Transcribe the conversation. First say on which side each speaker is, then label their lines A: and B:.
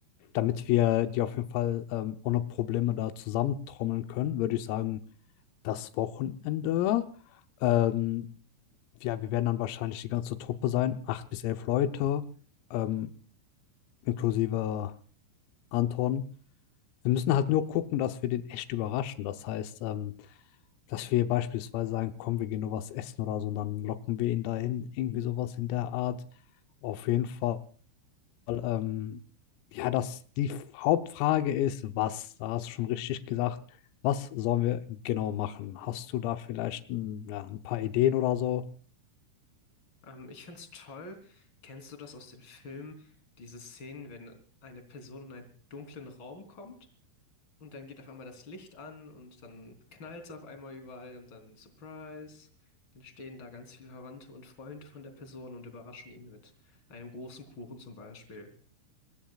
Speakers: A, on the left (about 85°); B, on the left (about 25°).
A: damit wir die auf jeden Fall ähm, ohne Probleme da zusammentrommeln können, würde ich sagen, das Wochenende. Ähm, ja, wir werden dann wahrscheinlich die ganze Truppe sein, acht bis elf Leute, ähm, inklusive Anton. Wir müssen halt nur gucken, dass wir den echt überraschen. Das heißt, ähm, dass wir beispielsweise sagen, komm, wir gehen nur was essen oder so, und dann locken wir ihn dahin, irgendwie sowas in der Art. Auf
B: ja.
A: jeden Fall ähm, ja, dass die Hauptfrage ist, was, da hast du schon richtig gesagt, was sollen wir genau machen? Hast du da vielleicht ein, ja, ein paar Ideen oder so?
B: Ähm, ich find's toll. Kennst du das aus den Filmen? Diese Szenen, wenn eine Person in einen dunklen Raum kommt Und dann geht auf einmal das Licht an und dann knallt's auf einmal überall und dann Surprise. Dann stehen da ganz viele Verwandte und Freunde von der Person und überraschen ihn mit einem großen Kuchen zum Beispiel.